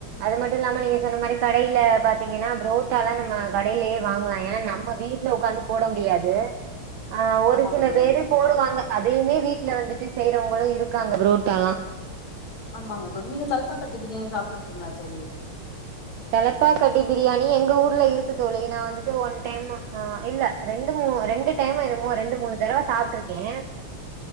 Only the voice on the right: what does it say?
அது மட்டு இல்லாம நீங்க சொன்ன மாரி கடையில பாத்தீங்கன்னா புரோட்டாலாம் நம்ம கடையிலயே வாங்கலா ஏன்னா நம்ம வீட்ல உக்காந்து போட முடியாது. ஆஹ் ஒரு
சில
பேரு போடுவாங்க. அதையுமே வீட்ல வந்துட்டு செய்யுறவங்களு இருக்காங்க புரோட்டாலா
தலப்பா கட்டி பிரியாணி, எங்க ஊர்ல இருக்கு தோழி நா வந்து இது ஒன் டைம். ஆஹ் இல்ல ரெண்டு மூ ரெண்டு டைம் என்னமோ ரெண்டு மூணு தடவ சாப்ட்டுருக்கே